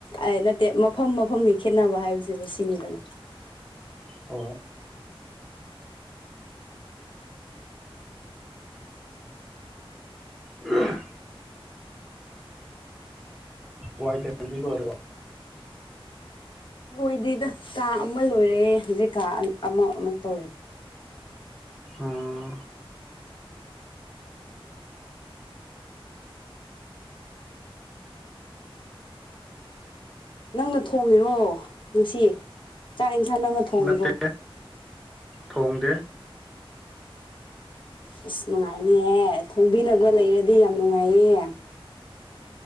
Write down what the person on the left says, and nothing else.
ꯑꯩꯅ ꯃꯐꯝ ꯃꯐꯝꯒꯤ ꯈꯦꯠꯅꯕ ꯍꯥꯏꯕꯁꯤꯕꯨ ꯁꯤꯅꯤꯗꯅ
ꯍꯣꯏꯗꯤ ꯀꯥ ꯑꯃ ꯂꯣꯏꯔꯦ ꯍꯧꯖꯤꯛ ꯀꯥ ꯑꯃ ꯑꯃꯨꯛ ꯇꯧꯔꯦ
ꯅꯪꯅ ꯊꯣꯡꯉꯤꯔꯣ ꯉꯁꯤ ꯆꯥꯛ ꯏ ꯅꯍꯥꯟ ꯅꯪꯅ ꯊꯣꯡꯉꯤꯔꯣ
ꯎ
ꯑꯁ ꯅꯨꯡꯉꯥꯏꯅꯤꯍꯦ ꯊꯣꯡꯕꯤꯅꯕ ꯂꯩꯔꯗꯤ ꯌꯥꯝ ꯅꯨꯡꯉꯥꯏꯌꯦ